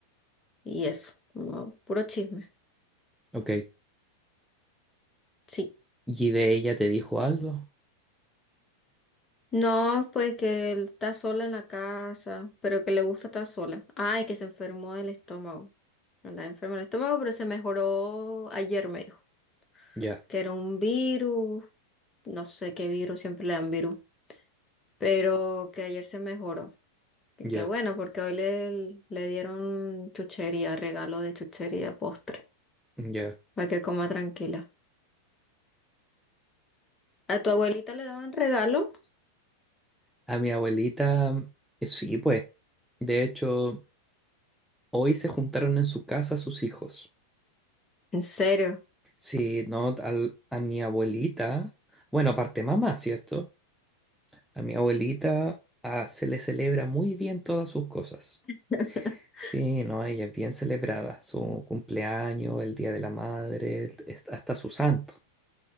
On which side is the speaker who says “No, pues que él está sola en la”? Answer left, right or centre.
Left